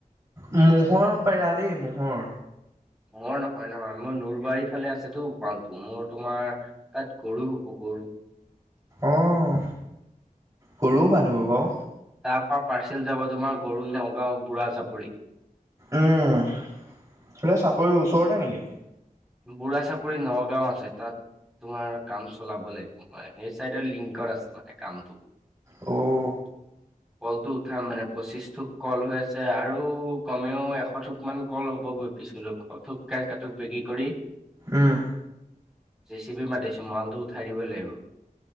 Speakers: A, on the right; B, in the centre.
A: ম'হৰ পাৰা দেই ম'হৰ।
B: মই নহয় নহয়। মই নলবাৰী ফালে আছেতো পালটো মোৰ তোমাৰ তাত গৰু হ'ব গৰু।
A: অঁ। গৰু পালিব পাৰ।
B: তাৰ পৰা পাৰ্চেল যাব তোমাৰ গৰু নগাঁও বুঢ়া জাপৰি।
A: উম <unintelligible> চাপৰিৰ ওচৰতে নেকি?
B: বুঢ়া চাপৰি নগাঁও আছে তাত তোমাৰ কাম চলাব লাগিব মই। সেই চাইডৰ লিংকৰ আছে মানে কামটো।
A: অঁ।
B: <unintelligible> কলটো উঠাম মানে পঁচিশ থোক কল হৈ আছে আৰু কমেও এশ থোক মান কল হ'বগৈ। পিছলোক কল থোক <unintelligible> বেগি - কৰি
A: উম
B: জেচিপি মাতিছো মালটো উঠাই দিব লাগিব।